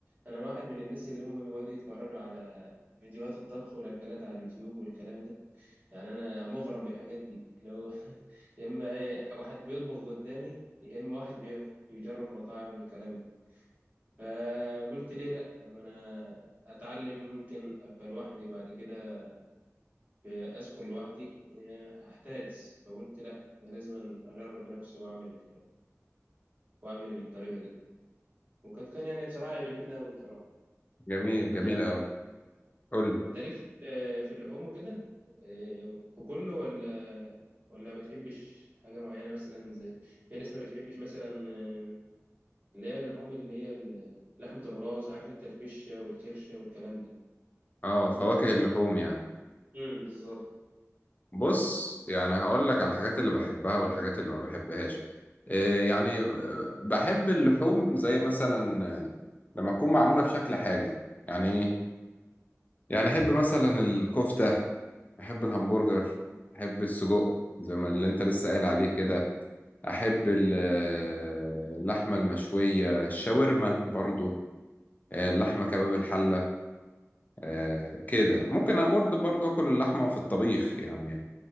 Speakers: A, on the right; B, on the left.
A: انا واحد من الناس اللي هم بيقعدوا يتفرجوا على فيديوهات الطبخ والاكلات على اليوتيوب والكلام ده يعني انا مغرم بالحاجات دي اللي هو <laughs> يا اما ايه واحد بيطبخ قدامي يا اما واحد بياكل يجرب مطاعم والكلام ده فقلت ليه لا اما انا اتعلم ممكن ابقى لوحدي بعد كده اسكن لوحدي إيه، هحتاس فقلت لا انا لازم اجرب بنفسي واعمل واعمل الطريقه دي وكانت كان يعني بصراحه عجبتني قوي بصراحه
B: جميل
A: انت
B: جميل أوي قول لي
A: انت ليك في ال- في اللحوم وكده إيه، في كله ولا ولا بتحبش حاجه معينه مثلا زي في ناس ما بتحبش مثلا آه، اللي هي اللحوم اللي هي ال- لحمه الراس عارف انت الفشه والكرشه والكلام ده
B: اه فواكه اللحوم يعني
A: امم بالظبط
B: بص يعني هقول لك على الحاجات اللي بحبها والحاجات اللي ما بحبهاش إيه يعني آه، بحب اللحوم زي مثلا آه، لما تكون معمولة في شكل حاجة يعني ايه يعني احب مثلا الكفتة احب الهمبرجر احب السجق زي ما اللي انت لسه قايل عليه كده احب ال- آه، اللحمة المشوية الشاورما برضو آه، اللحمة كباب الحلة آه، كده ممكن أنا برضه برضه أكل اللحمة في الطبيخ يعني